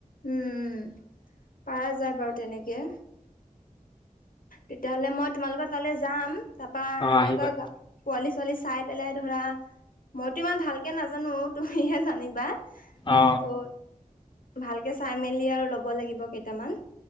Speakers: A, on the left; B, on the left.
A: উম উম পাৰা যায় বাৰু তেনেকে। তেতিয়াহ'লে মই তোমালোকৰ তালে যাম। তাৰপৰা
B: অ
A: এনেকুৱা,
B: আহিবা
A: পোৱালি ছোৱালী চাই পেলাই ধৰা মইতো ইমান ভালকে নাজানো, তুমিহে জানিবা। ত'হ
B: অ
A: ভালকে চাই মেলি আৰু ল'ব লাগিব কেইটামান।